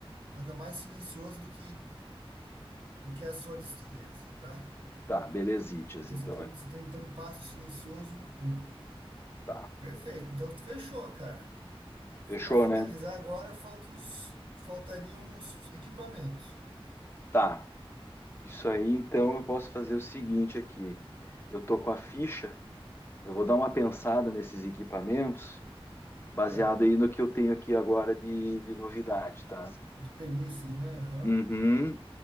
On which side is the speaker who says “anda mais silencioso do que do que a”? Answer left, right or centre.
Right